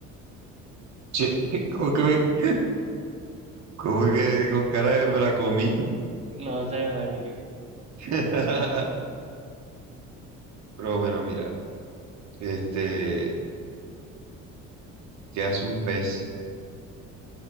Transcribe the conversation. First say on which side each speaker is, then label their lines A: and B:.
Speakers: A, on the right (about 65°); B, on the right (about 20°).
A: Che, <laughs> ¿cómo que, me- cómo que con cara de me la comí?
B: No sé, marica.
A: <laughs> Pero bueno, mira, este, ¿qué hace un pez?